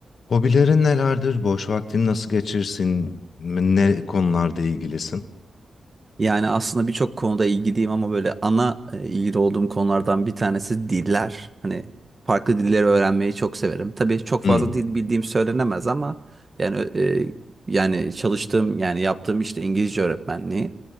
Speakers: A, on the left (about 65°); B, on the right (about 35°).
A: Hobilerin nelerdir? Boş vaktini nasıl geçirsin? Ne konularda ilgilisin?
B: Yani aslında birçok konuda ilgiliyim ama böyle ana e, ilgili olduğum konulardan bir tanesi diller. Hani farklı dilleri öğrenmeyi çok severim. Tabii çok
A: Hmm.
B: fazla dil bildiğim söylenemez ama yani e, yani çalıştığım yani yaptığım işte İngilizce öğretmenliği.